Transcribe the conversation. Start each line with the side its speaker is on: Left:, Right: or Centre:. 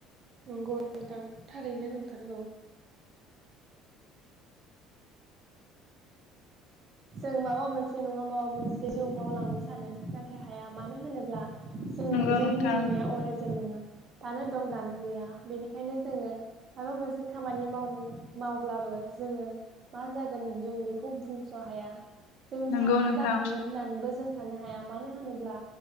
Right: नंगौ थारैनो नंथारगौ, जों माबा मोनसे नङा माबा मोनसे जिउ मावलांनो सानो नाथाय हाया मानो होनोब्ला जोङो
Left: नंगौ
Right: जोंनि
Left: नोंथां
Right: जिउमाया अराय नङा दानो दं दानो गैया बेनिखायनो जोङो माबा मोनसे खामानि माव मावब्लाबो जोङो मा जागोन जों बेखौ बुं बुंस'हाया जोंनि
Left: नंगौ
Right: साननाया
Left: नोंथां
Right: जाफुंगोन होननानैबो जों थानो हाया मानो होनोब्ला